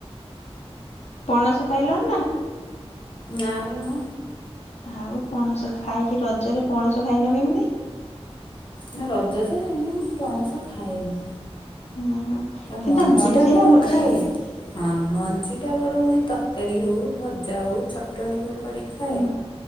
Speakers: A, on the left (about 80°); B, on the left (about 50°).
A: ପଣସ ଖାଇଲଣି ନା।
B: ନାଲୋ ମାଆ।
A: ଆଉ ପଣସ ଖାଇକି ରଜରେ ପଣସ ଖାଇନ କେମିତି।
B: ନା ରଜ ଯେ ଏମ ମୁଁ ପଣସ ଖାଏନି।
A: ହଁ ହଁ।
B: ତା
A: କିନ୍ତୁ
B: ମଞ୍ଜି
A: ମଞ୍ଜିରା
B: ଟା ବରଂ
A: ବଢିଆ
B: ଖାଏ
A: ଲାଗେ
B: ହଁ ମଞ୍ଜି ଏଟା ବର ମୁଁ ଏଇ ତରକାରୀ ହେଉ ଭଜା ହେଉ ଚଟଣି ହେଉ କରିକି ଖାଏ।
A: ହୁଁ